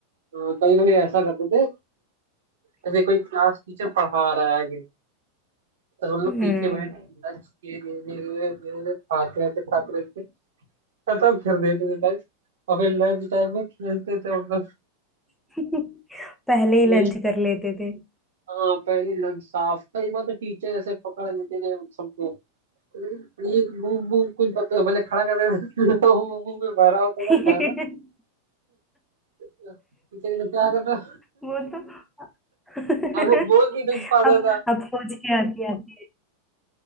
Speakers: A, on the right; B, in the centre.
A: कभी कभी ऐसा करते थे जैसे कोई क्लास टीचर पढ़ा रहा है आगे तो हम लोग
B: हम्म
A: पीछे बैठ लंच किए धीरे धीरे धीरे धीरे धीरे खाते रहते खाते रहते खत्म कर देते थे लंच और फिर लंच टाइम में खेलते थे हम
B: <laughs> पहले ही
A: लोग
B: लंच कर लेते थे
A: हाँ पहली लग साफ कई बार तो टीचर ऐसे पकड़ लेते थे सबको ये मुंह मुंह कुछ बता भले खड़ा कर देते थे, <laughs> तो वो मुंह में भरा होता
B: <laughs>
A: था खाना टीचर कहते, क्या कर रहा
B: वो तो <laughs>
A: अब वो बोल भी नहीं पाता
B: अब
A: था
B: अब सोच के आती आती है